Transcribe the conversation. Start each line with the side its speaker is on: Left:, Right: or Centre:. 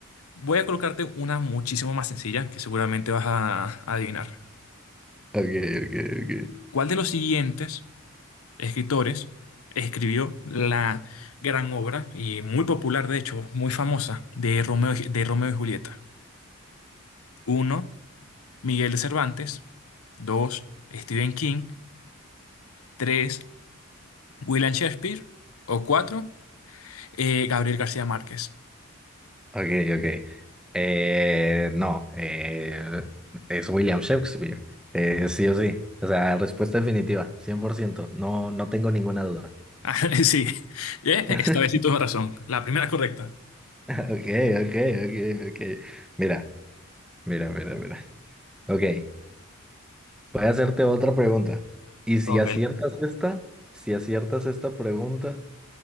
Left: Voy a colocarte una muchísimo más sencilla que seguramente vas a a adivinar.
Centre: Ok, ok, ok.
Left: ¿Cuál de los siguientes escritores escribió la gran obra y muy popular, de hecho, muy famosa de Romeo, y- de Romeo y Julieta? Uno, Miguel de Cervantes. Dos, Stephen King. Tres, William Shakespeare. O cuatro, eh, Gabriel García Márquez.
Centre: Ok, ok. Eh, no, eh, es William Shakespeare. Eh, sí o sí. O sea, respuesta definitiva, 100%. No, no tengo ninguna duda.
Left: <laughs> Ah, Sí, Eh,
Centre: <laughs>
Left: esta vez sí tuvo razón. La primera es correcta.
Centre: Ok, ok, ok, ok. Mira. Mira, mira, mira. Ok, voy a hacerte otra pregunta. Y si
Left: Ok,
Centre: aciertas esta, si aciertas esta pregunta,